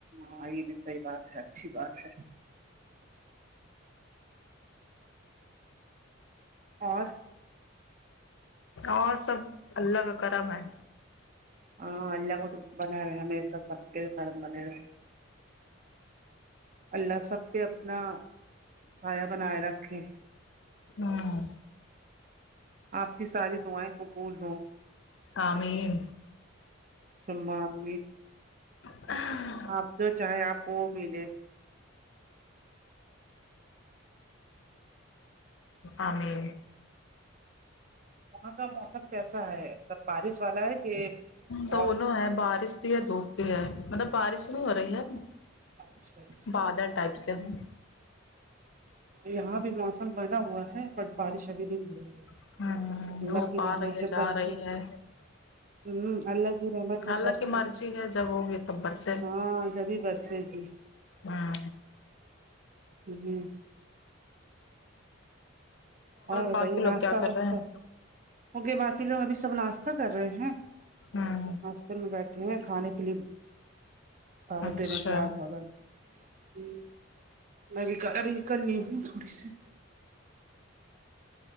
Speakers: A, on the right; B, on the left.
A: ہاں یہ بھی صحی بات ہے اچھی بات ہے اور
B: اور سب اللہ کا کرم ہے
A: ہاں اللہ کو تو بنا رہے ہمیشہ سب کے کارم بنے رہے اللہ سب پہ اپنا سایہ بنائے رکھے
B: ہوں
A: آپ کی ساری دعائیں قبول ہو
B: آ مین
A: سمما امین
B: <inaudible>
A: آپ جو چاہیں آپ کو وہ ملے
B: آ مین
A: وہاں کا موسم کیسا ہے مطلب بارش والا ہے کہ
B: دونوں
A: اور
B: ہے بارش بھی ہے دھوپ بھی ہے مطلب بارش نہیں ہو رہی ہے
A: اچھا اچھا
B: بادر ٹائپ سے ہوں
A: یہاں بھی موسم بنا ہوا ہے بٹ بارش ابھی نہیں ہو رہی ہے
B: ہوں
A: اللہ
B: دھوپ
A: کی
B: آ
A: رحمت
B: رہی ہے
A: جب
B: جا
A: بر
B: رہی
A: سے
B: ہے
A: ہ اللہ کی رحمت جب
B: اللہ
A: برس
B: کی مرضی ہے جب ہوگی تب برسے
A: ہاں جبھی برس جی جی
B: ہاں
A: ہ ہ اور بتائیے
B: باقی لوگ
A: ناشتہ
B: کیا کر
A: واشتہ
B: رہے ہیں
A: ہو گ باقی لوگ ابھی سب ناشتہ کر رہے ہیں
B: ہوں
A: ناشتے میں بیٹھے ہوئے کھانے کے لیے دعوت
B: اچھا
A: دے رہے ہیں چار چادر ہ میں بھی ابھی کلنی ہوں تھوڑی سی